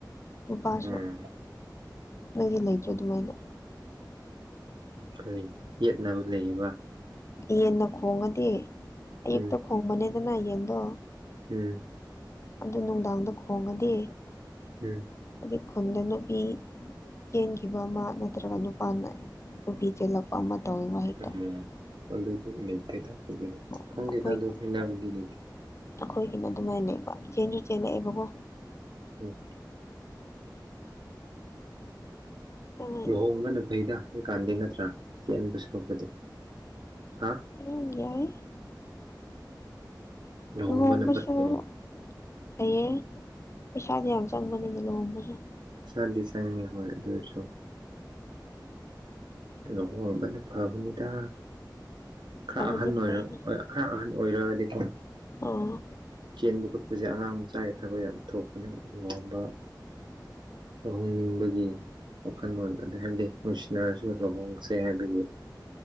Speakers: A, on the left (about 40°); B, on the right (about 75°).
A: ꯅꯨꯄꯥꯁꯨ
B: ꯎꯝ
A: ꯂꯣꯏꯗꯤ ꯂꯩꯇ꯭ꯔꯦ ꯑꯗꯨꯃꯥꯏꯅ
B: ꯀꯔꯤ ꯌꯦꯠꯅꯕ ꯂꯩꯌꯦꯕ
A: ꯌꯦꯟꯅ ꯈꯣꯡꯉꯗꯤ ꯑꯌꯨꯛꯇ
B: ꯎꯝ
A: ꯈꯣꯡꯕꯅꯦꯗꯅ ꯌꯦꯟꯗꯣ
B: ꯎꯝ
A: ꯑꯗꯨ ꯅꯨꯡꯗꯥꯡꯗ ꯈꯣꯡꯉꯗꯤ
B: ꯎꯝ
A: ꯑꯗꯩ ꯈꯨꯟꯗ ꯅꯨꯄꯤ ꯆꯦꯟꯈꯤꯕ ꯑꯃ ꯅꯠꯇ꯭ꯔꯒ ꯅꯨꯄꯥꯅ ꯅꯨꯄꯤ ꯆꯦꯜꯂꯛꯄ ꯑꯃ ꯇꯧꯋꯤ ꯋꯥꯍꯤꯩꯛꯇꯪ
B: ꯎꯝ ꯑꯗꯨꯗꯤ ꯅꯇꯦ ꯇꯥꯛꯗꯗꯤ
A: ꯑꯩꯈꯣꯏꯒꯤ
B: ꯈꯪꯗꯦꯗ ꯑꯗꯨꯣ ꯍꯅꯗꯤ ꯅꯇꯦ
A: ꯑꯩꯈꯣꯏꯒꯤꯅ ꯑꯗꯨꯃꯥꯏꯅ ꯂꯩꯕ ꯆꯦꯟꯁꯨ ꯆꯦꯜꯂꯛꯑꯦꯕꯀꯣ
B: ꯎꯝ
A: ꯑꯗꯨꯃꯥꯏꯅ
B: ꯂꯨꯍꯣꯡꯕꯅ ꯐꯩꯗ ꯍꯧꯖꯤ ꯀꯥꯟꯗꯤ ꯅꯠꯇ꯭ꯔꯥ ꯌꯦꯦꯟꯕ ꯁ ꯂꯨꯄꯗꯤ ꯍꯥ
A: ꯑꯣꯏꯔ ꯌꯥꯏ ꯍꯣꯝꯁꯨꯣ
B: ꯂꯨꯍꯣꯡꯕꯅ ꯐꯠꯇ꯭ꯔꯣ
A: ꯍꯌꯦꯌꯦꯡ ꯄꯩꯁꯥꯗꯤ ꯌꯥꯝ ꯆꯪꯕꯅꯤꯅꯦ ꯂꯨꯍꯣꯡꯕꯁꯨ
B: ꯄꯩꯁꯥ ꯗꯤꯖꯥꯏꯟꯅꯤ ꯍꯣꯏ ꯑꯗꯨꯁꯨ ꯀꯩꯅꯣ ꯍꯣꯡꯕꯅ ꯐꯕꯅꯤꯗ ꯈꯔ
A: ꯐꯕꯨꯗꯤ
B: ꯑꯍꯟ ꯑꯣꯏꯔ
A: ꯐꯩꯅꯦ
B: ꯈꯔ ꯑꯍꯟ ꯑꯣꯏꯔꯛꯑꯗꯤꯀꯣ
A: ꯑꯥ
B: ꯆꯦꯟꯕ ꯈꯣꯠꯄꯁꯦ ꯑꯉꯥꯡ ꯃꯆꯥꯒꯤ ꯊꯕꯛ ꯌꯥꯝ ꯊꯣꯛꯄꯅꯦ ꯑꯗꯨꯒ ꯋꯥꯡꯕ ꯇꯧꯍꯣꯡꯅꯤꯡꯕꯒꯤ ꯋꯥꯈꯜꯂꯣꯟ ꯑꯗꯨ ꯍꯥꯏꯕꯗꯤ ꯅꯨꯡꯁꯤꯅꯔꯁꯨ ꯁꯨ ꯂꯨꯍꯣꯡꯁꯦ ꯍꯥꯏꯕꯒꯤ